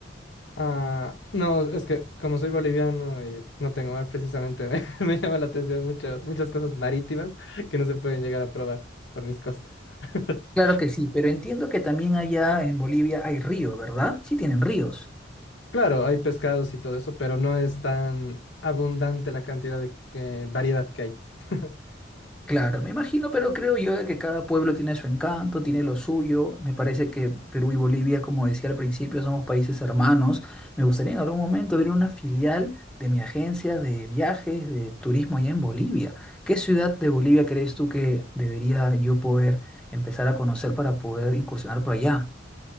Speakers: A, on the left (about 80°); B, in the centre.
A: Ah, no, es que como soy boliviano y no tengo mar precisamente, me, <laughs> me llama la atención mucho- muchas cosas marítimas que no se pueden llegar a probar por mis costas. <laughs>
B: Claro que sí, pero entiendo que también allá en Bolivia hay río, ¿verdad? Sí tienen ríos.
A: Claro, hay pescados y todo eso, pero no es tan abundante la cantidad de eh, variedad que hay. <laughs>
B: Claro, me imagino, pero creo yo de que cada pueblo tiene su encanto, tiene lo suyo. Me parece que Perú y Bolivia, como decía al principio, somos países hermanos. Me gustaría en algún momento abrir una filial de mi agencia de viajes, de turismo allá en Bolivia. ¿Qué ciudad de Bolivia crees tú que debería yo poder empezar a conocer para poder incursionar por allá?